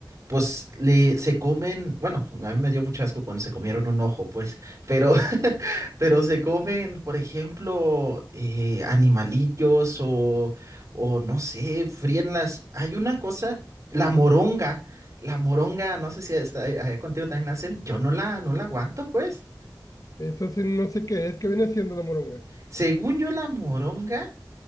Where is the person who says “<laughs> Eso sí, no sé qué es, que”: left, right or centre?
Left